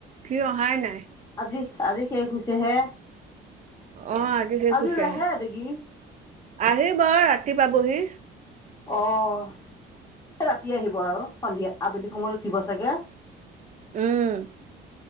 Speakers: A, on the right; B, on the left.
A: সি অহাই নাই।
B: আজি আজি শেষ হৈছে হে।
A: অ আজি শেষ
B: আজে
A: হৈছে
B: নাহে নেকি?
A: আহিব ৰাতি পাবহি।
B: অ' ৰাতি আহিব আৰু। সন্ধিয়া আবেলি সময়ত উঠিব চাগে?
A: উম